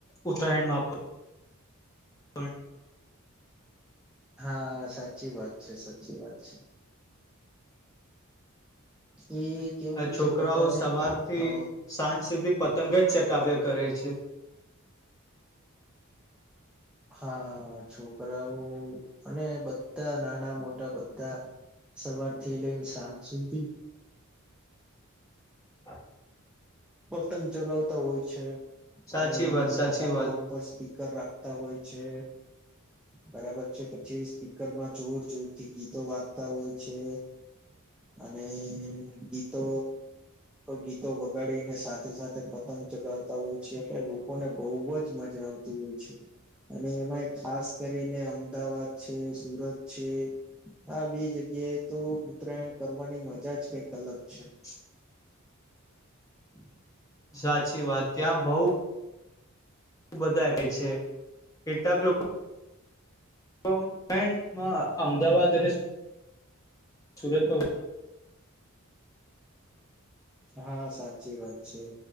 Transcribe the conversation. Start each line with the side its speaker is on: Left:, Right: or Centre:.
Left: ઉત્તરાયણમાં પણ
Centre: હા સાચી વાત છે. સાચી વાત છે. એ કેવું છે
Left: છોકરાઓ
Centre: બધાને
Left: સવાર થી
Centre: અ
Left: સાંજ સુધી પતંગ પતંગ જ ચકાવ્યા કરે છે.
Centre: હા, છોકરાઓ, અને બધા નાના મોટા બધા સવારથી લઈને સાંજ સુધી
Left: <inaudible>
Centre: પતંગ ચગાવતા હોય છે, અને
Left: સાચી વાત સાચી
Centre: ધાબા
Left: વાત
Centre: ઉપર સ્પીકર રાખ તા હોય છે. બરાબર છે, પછી સ્પીકરમાં જોર જોરથી ગીતો વાંગતા હોય છે. અને ગીતો ગીતો વગાડીન ને સાથે સાથે પતંગ ચગાવતા હોય છે, એટલે લોકોને બહુ જ મજા આવતી હોય છે, અને એમાંય ખાસ કરીને અમદાવાદ છે, સુરત છે, આ બે જગ્યા એ તો ઉત્તરાયણ કરવાની મજા જ કઈક અલગ છે.
Left: <inaudible>
Centre: <inaudible>
Left: સાચી વાત ત્યાં બઉ બધા કે છે, કેટલાક લોકો <unintelligible> અમદાવાદ અને સુ સુરતમાં
Centre: હા સાચી વાત છે,